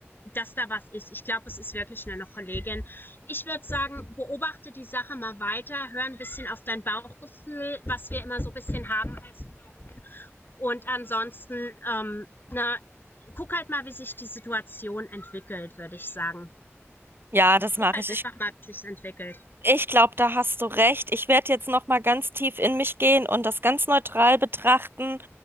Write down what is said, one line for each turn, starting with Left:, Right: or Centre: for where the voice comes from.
Left: dass da was ist. Ich glaube, es ist wirklich nur eine Kollegin. Ich würde sagen, beobachte die Sache mal weiter, hör ein bisschen auf dein Bauchgefühl, was wir immer so ein bisschen haben als Frauen. Und ansonsten, ähm, na, guck halt mal, wie sich die Situation entwickelt, würde ich sagen.
Right: Ja, das mache
Left: Guck halt
Right: ich. Ich,
Left: einfach mal, wie sich's entwickelt.
Right: ich glaube, da hast du recht. Ich werde jetzt noch mal ganz tief in mich gehen und das ganz neutral betrachten